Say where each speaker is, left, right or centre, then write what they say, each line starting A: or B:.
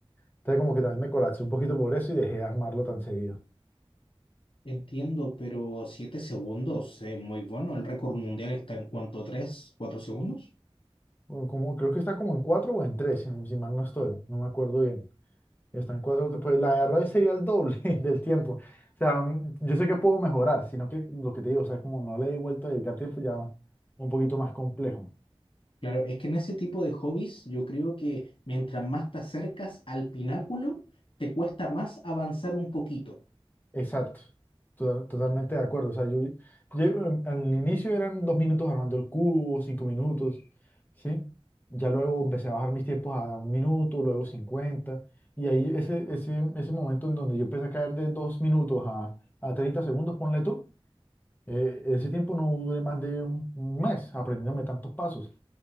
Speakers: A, on the left; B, on the left.
A: entonces como que también me colapsé un poquito por eso y dejé de armarlo tan seguido.
B: Entiendo, pero 7 segundos es muy bueno. El récord mundial está en cuanto 3 4 segundos.
A: Bueno, como, creo que está como en cuatro o en tres, si, si mal no estoy, no me acuerdo bien. Está en cuatro, pues la verdad hoy sería el doble <laughs> del tiempo. O sea, mm, yo sé que puedo mejorar, sino que lo que te digo, o sea, como no le he vuelto a dedicar tiempo ya un poquito más complejo.
B: Claro, es que en ese tipo de hobbies yo creo que mientras más te acercas al pináculo, te cuesta más avanzar un poquito.
A: Exacto, Total- totalmente de acuerdo. O sea, yo, yo- em, al inicio eran dos minutos armando el cubo, cinco minutos, ¿sí? Ya luego empecé a bajar mis tiempos a un minuto, luego 50. y ahí ese, ese, ese momento en donde yo empecé a caer de dos minutos a, a 30 segundos, ponle tú, eh, ese tiempo no duré más de un, un mes aprendiéndome tantos pasos.